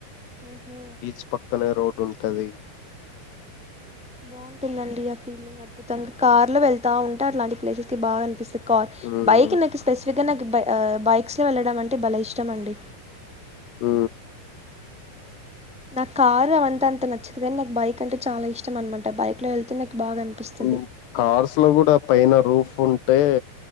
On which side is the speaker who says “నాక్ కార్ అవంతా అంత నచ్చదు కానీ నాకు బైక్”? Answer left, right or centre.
Centre